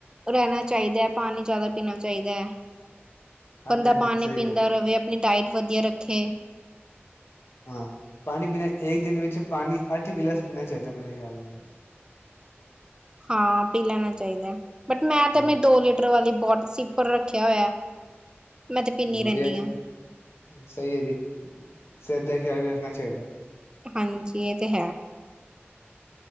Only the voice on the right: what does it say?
ਰਹਿਣਾ ਚਾਹੀਦਾ। ਪਾਣੀ ਜ਼ਿਆਦਾ ਪੀਣਾ ਚਾਹੀਦਾ।
ਬੰਦਾ
ਪਾਣੀ
ਪੀਂਦਾ
ਰਵੇ। ਆਪਣੀ ਡਾਇਟ ਵਧੀਆ ਰੱਖੇ-
ਹਾਂ, ਪੀ ਲੈਣਾ ਚਾਹੀਦਾ ਬਟ ਮੈਂ ਤੇ
ਆਪ ਦੋ ਲੀਟਰ ਵਾਲੀ ਬੋਟ ਸੀਪਰ ਰਖਿਆ ਹੋਇਆ। ਮੈਂ ਤੇ ਪੀਨੀ
ਰਹਿੰਦੀ
ਹਾਂ
ਹਾਂਜੀ ਇਹ ਤੇ ਹੈ।